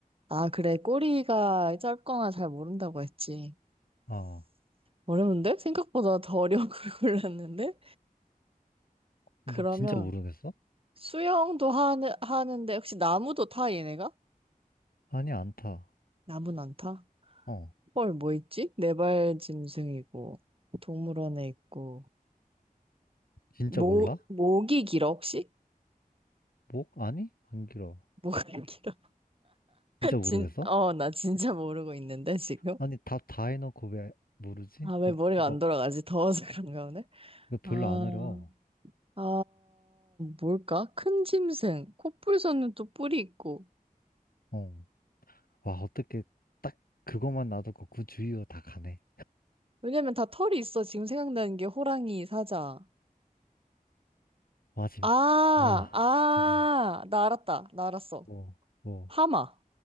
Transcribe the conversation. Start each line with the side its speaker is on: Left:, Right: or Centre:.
Right: 아, 그래. 꼬리가 짧거나 잘 모른다고 했지.
Left: 어,
Right: 어려운데? 생각보다 더 어려운 걸 <laughs> 골랐는데?
Left: 뭐,
Right: 그러면
Left: 진짜 모르겠어?
Right: 수영도 하는, 하는데, 혹시 나무도 타, 얘네가?
Left: 아니, 안 타.
Right: 나무는 안 타?
Left: 어,
Right: 헐, 뭐 있지? 네발짐승이고, 동물원에 있고,
Left: 진짜
Right: 모,
Left: 몰라?
Right: 목이 길어, 혹시?
Left: 목? 아니? 안 길어.
Right: 목이 <laughs> 길어?
Left: 진짜 모르겠어?
Right: 진, 어, 나 진짜 모르고 있는데, 지금?
Left: 아니, 답 다 해놓고 왜 모르지?
Right: 아, 왜
Left: 이거,
Right: 머리가
Left: 이거,
Right: 안 돌아가지? 더워서 <laughs> 그런가 오늘?
Left: 이거 별로
Right: 아,
Left: 안 어려워.
Right: 아, 뭘까? 큰 짐승. 코뿔소는 또 뿔이 있고.
Left: 어. 와, 어떻게 딱 그것만 놔두고 그 주위로 다 가네.
Right: 왜냐면 다 털이 있어. 지금 생각나는 게 호랑이, 사자.
Left: 와, 지금,
Right: 아,
Left: 와,
Right: 아,
Left: 어,
Right: 나 알았다. 나 알았어.
Left: 뭐, 뭐,
Right: 하마.